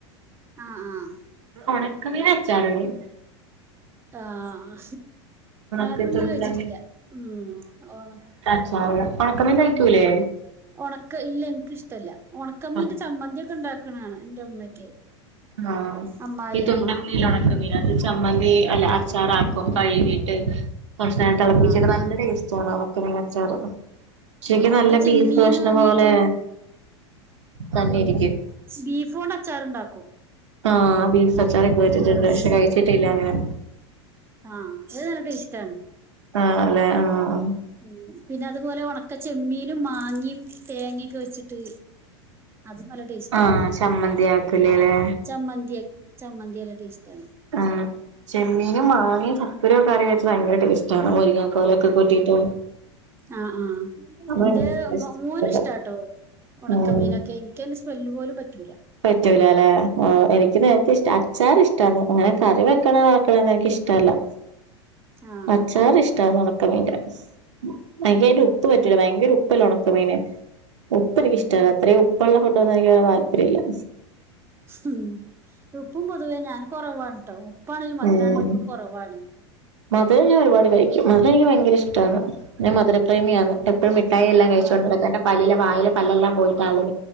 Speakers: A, on the right (about 15°); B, on the right (about 80°).
A: ആഹ് ആഹ്
B: ഉണക്കമീൻ അച്ചാർടെ
A: ആഹ്
B: ഒണക്ക
A: അതൊന്നും
B: തുണ്ടമീൻ
A: കഴിച്ചിട്ടില്ല ഉം ഒണ
B: <unintelligible> ഉണക്കമീൻ കഴിക്കൂലേ
A: ഉണക്ക ഇല്ല എനിക്ക് ഇഷ്ടല്ല ഉണക്കമ്മീന്റെ
B: ആഹ്
A: ചമ്മന്തി ഒക്കെ ഉണ്ടാക്ക്‌ണാണ എന്റെ ഉമ്മക്കെ
B: ആഹ്
A: അമ്മായിഅമ്മ
B: ഈ തുണ്ടമീനില്ലേ
A: ഉം
B: ഒണക്കമീൻ ചമ്മന്തി അല്ല അച്ചാറാക്കും കഴുകീട്ട് കുറച്ചു നേരം തിളപ്പിച്ചത്
A: ആഹ്
B: നല്ല ടേസ്റ്റ് ആണ് ഉണക്ക മീൻ അച്ചാറ് ശെരിക്ക്
A: ഒണക്ക
B: നല്ല
A: ചെമ്മീന്
B: ബീഫ് കഷ്ണം
A: വാങ്ങീട്ട്
B: പോലെ തന്നെയിരിക്കും
A: ബീഫോൺണ്ട് അച്ചാർ ഉണ്ടാക്കും
B: ആഹ് ബീഫ് അച്ചാറൊക്കെ കേട്ടിട്ടുണ്ട്
A: നാത്തൂൻ
B: പക്ഷെ
A: ഇണ്ടാക്കും
B: കഴിച്ചിട്ടില്ല അങ്ങനെ
A: ആഹ് അത് നല്ല ടെസ്റ്റാണ്
B: ആഹ് അല്ലെ ആഹ് ആ
A: ഉം പിന്നെ അതുപോലെ ഉണക്ക ചെമ്മീനും മാങ്ങയും തേങ്ങൊക്കെ വെച്ചിട്ട് അതും നല്ല ടേസ്റ്റാ
B: ആഹ് ചമ്മന്തി ആക്കല്ലേല്ലേ
A: ചമ്മന്തി ചമ്മന്തിനല്ല ടെസ്റ്റാണ്
B: ആഹ് ചെമ്മീനും മാങ്ങയും ചക്കക്കുരു ഒക്കെ കറിവെച്ചത് ഭയങ്കര ടേസ്റ്റ് ആണ് മുരിങ്ങക്കോലൊക്കെ കൂട്ടിയിട്ട്
A: ആ ആഹ്
B: അത്
A: എന്റെ
B: ഭയങ്കര ടേസ്റ്റാ
A: മോന് ഇഷ്ടാട്ടോ ഉണക്കമീനൊക്കെ
B: ഉം
A: ഇൻക്ക് അയിന്റെ സ്മെല്ല് പോലും പറ്റൂല
B: പറ്റൂലാല്ലെ ആഹ് എനിക്ക് നേരത്തെ ഇഷ്ട്ടാ അച്ചാറ് ഇഷ് ട്ടാണ് അങ്ങനെ കറി വെക്കണ <unintelligible> എനിക്ക് ഇഷ്ട്ടല്ലാ
A: ആഹ്
B: അച്ചാറ് ഇഷ്ട്ടാ ഒണ ഒണക്കമീന്റെ എനിക്കതിൻ്റെ ഉപ്പ് പറ്റൂലാ ഭയങ്കര ഉപ്പല്ലേ ഒണക്കമീന് ഉപ്പ് എനിക്കിഷ്ട്ടല്ല
A: ഉം
B: അത്രയും ഉപ്പ് ഉള്ള ഫുഡൊന്നും എനിക്ക് അങ്ങനെ താല്പര്യം ഇല്ലാ
A: ഉം ഉപ്പും പൊതുവേ ഞാന് കൊറവാണ് ട്ടോ ഉപ്പാണെങ്കിലും മധുരാണേങ്കിലും
B: ഉം
A: ഒക്കെ കൊറവാണ്
B: മധുരം ഞാൻ ഒരുപാട് കഴിക്കും മധുരം എനിക്ക് ഭയങ്കര ഇഷ്ട്ടാണ് ഞാൻ മധുര പ്രേമിയാന്ന് എപ്പഴും മിഠായി എല്ലാം കഴിച്ചോണ്ട്
A: ആഹ്
B: നടക്കും എൻ്റെ പല്ലിലെ വായിലെ പല്ലെല്ലാം പോയിട്ടാ